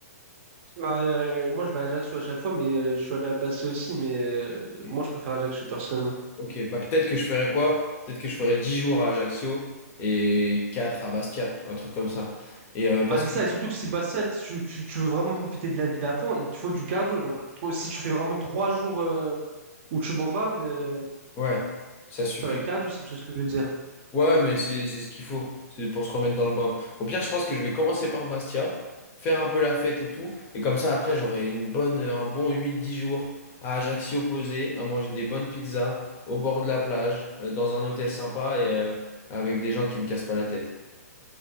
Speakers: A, on the right (about 45°); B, on the left (about 25°).
A: Bah, euh, euh, moi, je vais à Ajaccio à chaque fois, mais euh, je suis allé à Bastia aussi, mais euh,
B: Ok,
A: moi, je préfère Ajaccio personnellement.
B: Ok, bah peut-être que je ferais quoi? Peut-être que je ferais 10 jours à Ajaccio et 4 à Bastia, un truc comme ça. Et euh, parce
A: Bah, c'est
B: que,
A: ça, et surtout que si Bastia, tu, tu, tu veux vraiment profiter de la ville à fond, il te faut du cardio. Donc, tro- si tu fais vraiment trois jours euh, où tu bombardes, euh,
B: ouais, ça suffit.
A: ça va être cardio, si tu sais ce que je veux dire.
B: Ouais, mais c'est c'est ce qu'il faut. C'est pour se remettre dans le bain. Au pire, je pense que je vais commencer par Bastia, faire un peu la fête et tout. Et comme ça, après, j'aurai une bonne, un bon huit dix jours à Ajaccio posé, à manger des bonnes pizzas, au bord de la plage, euh, dans un hôtel sympa et euh, avec des gens qui me cassent pas la tête.